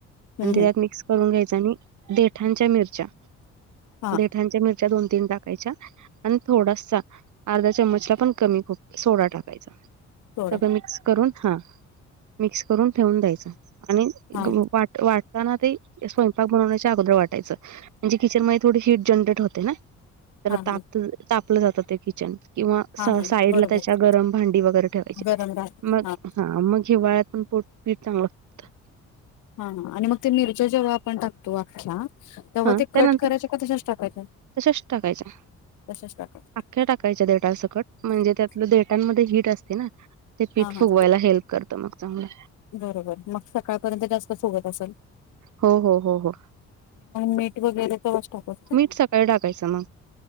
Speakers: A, on the right (about 75°); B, on the left (about 85°).
A: आणि
B: हम्म
A: त्याज्यात
B: हम्म
A: मिक्स करून घ्यायच आणि देठांच्या मिरच्या
B: हा
A: देठांच्या मिरच्या दोन तीन टाकायच्या आणि थोडासा अर्धा चमचला पण कमी खुप सोडा टाकायचा
B: सोडा
A: सगळं मिक्स करून हा मिक्स करून ठेवून द्यायच आणि
B: हा
A: वाटताना ते स्वयंपाक बनवण्याच्या अगोदर वाटयचं म्हणजे किचन मध्ये थोडी हिट जनरेट होते ना जरा
B: हा हा
A: ताप तापलं जातं ते किचन किंवा स
B: हा हा
A: साईड
B: बरोबर
A: ला त्याच्या गरम भांडी वगैरे ठेवायची
B: गरम राहते
A: मग हा मग हे हीवाळ्यात पण पोट पीठ चांगलं होतं.
B: हा हा आणि मग ते मिरच्या जेव्हा आपण टाकतो अख्या तेव्हा
A: हा
B: ते
A: त्यानंतर
B: कट करायचे का तशाच टाकायच्या
A: तशाच टाकायच्या
B: तशाच टाकायच्या
A: अख्ख्या टाकायच्या देठा सकट म्हणजे त्यातलं देठामध्ये हिट असते ना ते पीठ
B: हा
A: फुगवायला
B: हा
A: हेल्प करतं मग चांगलंय
B: बरोबर मग सकाळपर्यंत जास्त फुगत असल
A: हो हो हो हो
B: मीठ वगैरे तेव्हाच टाकायचं
A: मीठ सकाळी टाकायचं ना